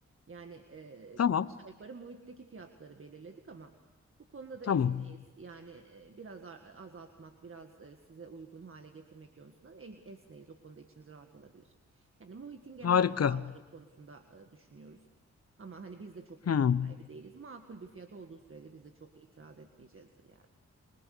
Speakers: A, on the right (about 45°); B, on the left (about 55°).
A: Yani e,
B: Tamam,
A: biz aşağı yukarı muhitteki fiyatları belirledik ama bu konuda da
B: tamam.
A: esneyiz. Yani e, biraz a- azaltmak, biraz e, size uygun hale getirmek yönünden e- esneyiz. O konuda içiniz rahat olabilir. Yani muhitin genel
B: Harika.
A: kiraları konusunda e, düşünüyoruz. Ama hani biz de çok
B: Hmm.
A: bilgi sahibi değiliz. Makul bir fiyat olduğu sürece biz de çok itiraz etmeyeceğizdir yani.